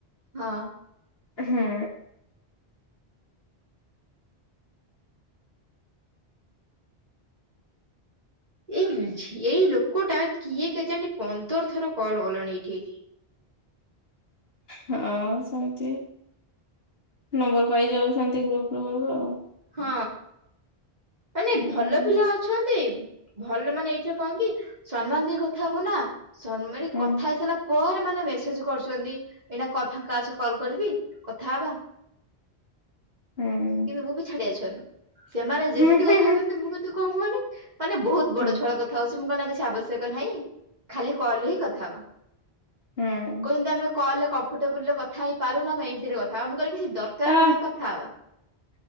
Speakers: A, on the right (about 40°); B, on the left (about 65°).
A: ହଁ।
B: ହୁଁ।
A: ଏଇ ଏଇ ଲୋକଟା କିଏ କେଜାଣି ପନ୍ଦର ଥର କଲ କଲାଣି ଏଇଠି ଏଇଠି।
B: ହଁ ସେମତି ନମ୍ବର ପାଇ ଯାଉଛନ୍ତି ଗ୍ରୁପ ରୁ ଆଉ।
A: ହଁ। ମାନେ
B: ହୁଁ।
A: ଭଲ ପିଲା ଅଛନ୍ତି। ଭଲ ମାନେ ଏଇଠା କଣ କି ସନ୍ମାନ ଦେଇ କଥା ହବ ନାଁ। ସନ୍ ମାନେ
B: ହୁଁ
A: କଥା ହେଇସାଇଲା ପରେ ମାନେ ନାଁ ମେସେଜ୍ କରୁଚନ୍ତି ଏଇନା କ ଫାଙ୍କା ଅଛ କଲ କରିବି କଥା ହବା?
B: ହୁଁ
A: କିନ୍ତୁ ମୁଁ ବି ଛାଡ଼ିଆ‌ ଛୁଆ ନୁହଁ। ସେମାନେ ଯେମିତି
B: ହୁଁ ହୁଁ
A: କଥା
B: ହୁଁ
A: ହଉଚନ୍ତି ମୁଁ କିନ୍ତୁ କଁ କୁହନି ମାନେ ବହୁତ ବଡ଼
B: ହୁଁ
A: ଛୁଆ ଅଳା କଥା ହଉଚି ମୁଁ କଲ୍ ନାଁ କିଛି ଆବଶ୍ୟକ ନାହିଁ ଖାଲି କଲ୍ ହିଁ କଥା ହବା।
B: ହୁଁ
A: କହୁଚନ୍ତି ଆମେ କହଲେ କମ୍ଫର୍ଟେବୁଲ୍ ରେ କଥା ହେଇପାରୁନୁ ଆମେ ଏଇତିରେ କଥା ହଆ ମୁଁ କହିଲି କିଛି ଦରକାର
B: ଆ
A: ନାହିଁ କଥା ହବା